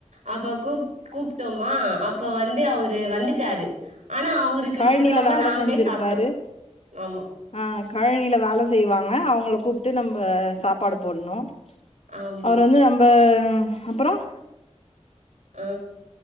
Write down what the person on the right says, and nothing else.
அப்ப கூப் கூப்ட்டோமா அப்ப வந்து அவுரு வந்துட்டாரு ஆனா அவருக்கு
குடுக்காம
நாங்களே
சாப்ட்டோ ஆமா
ஆமா
ஆ